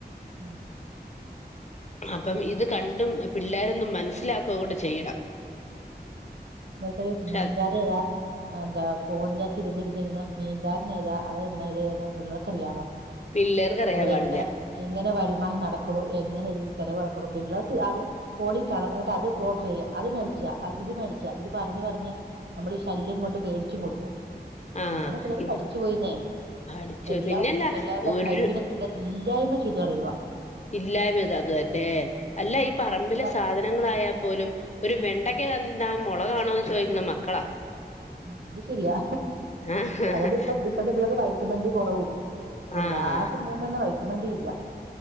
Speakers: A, on the right; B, on the left.
A: ഉ
B: അപ്പം ഇത് കണ്ടും പിള്ളേരൊന്നും മനസ്സിലാക്കുക കൂടി ചെയ്യുക
A: അത്
B: പക്ഷെ
A: മീൻകാര് ദാ അന്ത ഫോൺ തിരിഞ്ഞിരിരുന്ന മീൻ കാർ പിന്നെതാ അതല്ലാ ഇതെതാന്ന് പിള്ളേർക്കറിയവാ
B: പിള്ളേർക്ക് അറിയാൻ
A: ഇവിടെ
B: പാടില്ല
A: എങ്ങനെ എങ്ങനെ വരുമാനം നടക്കണു എങ്ങനെ ഇത് ചെലവാക്കണോ പിള്ളേർക്ക് അത് ഫോണിൽ കാണാ എന്നിട്ട് അത് ഓർഡർ ചെയ്യുക അത് മേ മ ഇത് മേടിച്ച ഇത് പറഞ്ഞു പറഞ്ഞ് നമ്മള് ശല്യം കൊണ്ട് മേടിച്ചു കൊടുക്കും
B: ആഹ്
A: അങ്ങനെ പിള്ളേര്
B: ഇത്
A: പഠിച്ചു പോയിന്നേ
B: പഠിച്ചു
A: എല്ലാം
B: പിന്നെല്ല
A: പിള്ളേരുടെ
B: ഒരു
A: കഴിവിന് പിള്ളേർ ഇല്ലായ്മ ചെയ്ത് കളയുവ
B: ഇല്ലായ്മ അത് തന്നെ അല്ല ഈ
A: ആഹ്
B: പറമ്പിലെ
A: എല്ലാ
B: സാധനങ്ങളായാൽ പോലും ഒരു വെണ്ടക്ക
A: ഉം
B: കണ്ടാൽ മുളക് ആണോന്ന് ചോദിക്കണ മക്കളാ
A: അത് ശരിയാ
B: ആഹ്
A: അതിപ്പ ഇപ്പളത്തെ പിള്ളേർക്ക് വയറ്റ വണ്ടി കുറവും എല്ലാർക്കും
B: ആഹ്
A: പോകുമ്പ തന്നെ വൈറ്റുമണ്ടി ഇല്ല